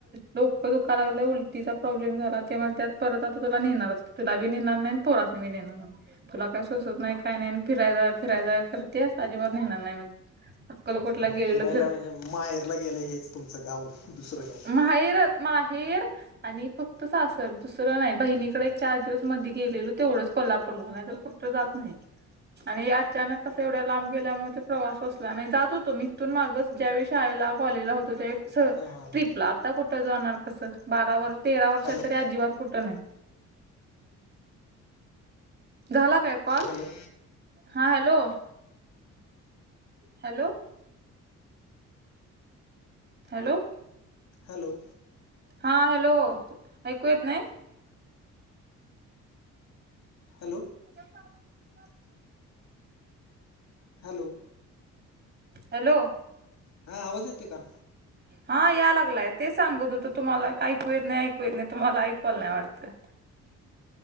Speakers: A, on the right (about 35°); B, on the left (about 65°).
A: डोकं दुखाला लागलं उलटीचा प्रॉब्लेम झाला त्यामुळे त्यात परत आता तुला नेहणारच. तुला बी नेणार नाही पोरासनीीेणार. तुला काही सोसत नाही काही नाही फिराय जाव फिराय जाव करतेस अजिबात नेणार नाही म्हणजे अक्कलकोटला गेलेलो
B: फिरायला नाहीजे माहेरला गेलं हेच तुमचं गाव दुसरं गाव.
A: हैरत. माहेर आणि फक्त सासर दुसरं नाही बहिणीकडे एक चार दिवस मध गेलेलो तेवढंच. कोल्हापूरला नाहीतर कुठ जात नाही. आणि अचानक कस एवढ्या लांब गेल्यामुळे ते प्रवास अससला नाही जात होतो मथून मागच. ज्यावेळी शाळेला कॉलेजला होतो त्या स.
B: हां हां
A: ट्रिपला
B: हां
A: आता कुठं जाणार कसं बारा वर्ष तेरा वर्षात
B: हॅलो
A: तरी अजिबात कुठं नाही. झाला काय कॉल
B: हॅलो
A: हा हॅलो. Hello hello.
B: हॅलो.
A: हा हॅलो ऐकू येत ना.
B: Hello
A: <unintelligible>
B: hello.
A: हॅलो.
B: हां आवाज येते का.
A: हा या लागलाय तेच सांगू त त तुम्हाला ऐकू येत नाही ऐकू येत नाही तुम्हाला ऐकवायला नाही वाटत. <inaudible>